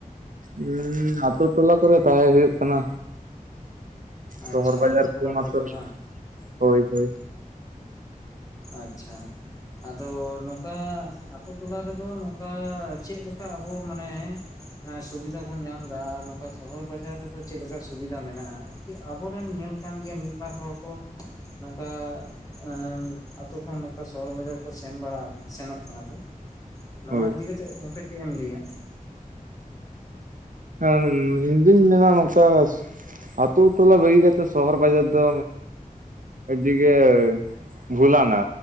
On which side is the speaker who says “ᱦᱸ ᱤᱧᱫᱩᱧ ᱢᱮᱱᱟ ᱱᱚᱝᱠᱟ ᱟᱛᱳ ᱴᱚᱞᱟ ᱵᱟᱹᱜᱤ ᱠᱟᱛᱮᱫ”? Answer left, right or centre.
Right